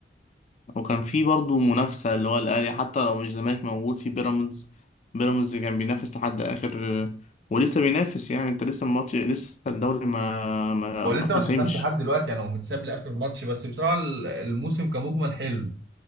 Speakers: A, on the left; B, on the right.
A: وكان في برضه منافسة اللي هو الأهلي حتى لو مش زمالك موجود في بيراميدز بيراميدز كان بينافس لحد آخر ولسه بينافس يعني أنت لسه الماتش لسه الدوري ما ما
B: هو
A: ما
B: لسه
A: حسمش
B: ما اتحسمش لحد دلوقتي يعني هو متساب لاخر الماتش بس بصراحه ال- الموسم كمجمل حلو